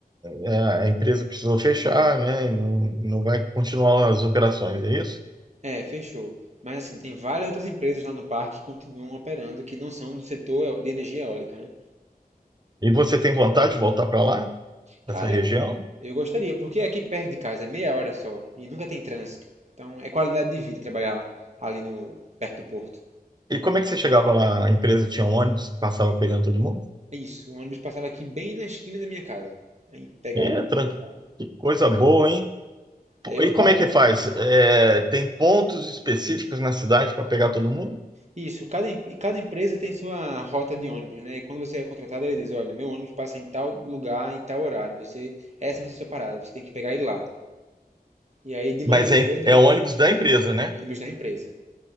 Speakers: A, on the right; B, on the right.
A: é, a empresa precisou fechar, né? E não, não vai continuar as operações, é isso?
B: É, fechou. Mas assim, tem várias outras empresas lá no parque que continuam operando que não são do setor de energia eólica, né?
A: E você tem vontade de voltar para lá, para
B: Cara,
A: essa região?
B: eu, eu gostaria, porque aqui perto de casa é meia hora só e nunca tem trânsito. Então é qualidade de vida trabalhar ali no, perto do porto.
A: E como é que você chegava lá? A empresa tinha um ônibus que passava pegando todo mundo?
B: É Isso, o ônibus passava aqui bem na esquina da minha casa. Aí pegava,
A: É, tran-
B: e andava.
A: que coisa boa, hein? Pô,
B: Aí eu
A: E
B: andava.
A: como é que faz? É, tem pontos específicos na cidade para pegar todo mundo?
B: Isso, cada, em- cada empresa tem sua rota de ônibus, né? E quando você é contratado, ele diz: olha, meu ônibus passa em tal lugar, em tal horário. Você, essa vai ser a sua parada, você tem que pegar ele lá. E aí de manhã
A: Mas
B: cedo.
A: é, é ônibus da empresa, né?
B: ônibus da empresa.